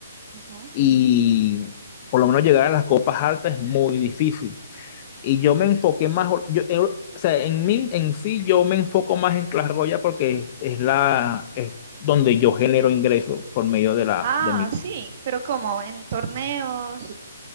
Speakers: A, on the right (about 40°); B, on the left (about 30°).
A: Ujú.
B: y por lo menos llegar a las copas altas es muy difícil. Y yo me enfoqué más, yo, eh, o sea, en mí, en sí, yo me enfoco más en Clash Royale porque es, es la, es donde yo genero ingresos por medio de la,
A: Ah,
B: de mi.
A: sí, pero como en torneos.